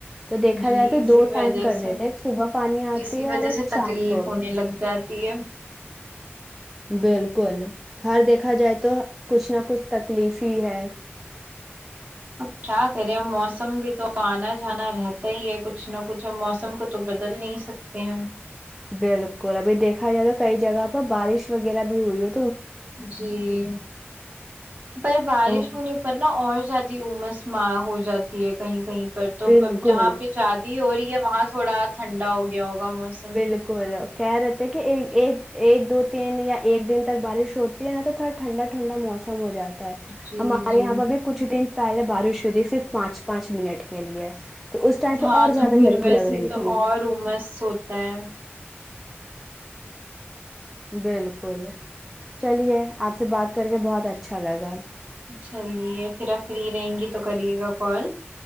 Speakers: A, in the centre; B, on the right.
A: تو دیکھا
B: جی
A: جائے تو
B: اسی
A: دو
B: وجہ
A: ٹائم کر
B: سے
A: دیتے صبح پانی آتی
B: اسی
A: ہے
B: وجہ
A: اور ایک
B: سے
A: شاند
B: تکلیف
A: کو
B: ہونے لگ جاتی ہے
A: بالکل ہر دیکھا جائے تو کچھ نہ کچھ تکلیفی ہے
B: اب کیا کرے موسم بھی تو تو آنا جانا رہتا ہی ہے کچھ نہ کچھ ہم موسم کو تو بدل نہیں سکتے ہیں
A: بالکل ابھی دیکھا جائے تو کئی جگہ پر بارش وغیرہ بھی ہوئی ہو
B: جی پر بارش
A: تو
B: ہونے پر نا اور شادی عمس ما ہو جاتی ہے کہیں کہیں پر توب
A: بالکل
B: جہاں پہ جادی ہو رہی ہے وہاں تھوڑا ٹھنڈا ہو گیا موسم
A: بالکل کہہ رہے تھے کہ ایک ایک دو تین یا ایک دن تک بارش ہوتی ہے نہ تو تھوڑا ٹھنڈا ٹھنڈا موسم ہو جاتا
B: جی
A: ہمارے
B: جی
A: یہاں پہ بھی کچھ دن پہلے بارش ہوتی تھی صرف پانچ پانچ منٹ کے لیے تو اس ٹائم پہ
B: ہاں
A: اور
B: تو
A: زیادہ
B: پھر
A: گرمی
B: ویسے
A: لگ رہی
B: تو
A: تھی
B: اور عمرس ہوتا ہے ہے
A: بالکل چلیے آپ سے بات کر کے بہت اچھا لگا
B: چلیے پھر آپ فری رہیں گی تو کریے گا کال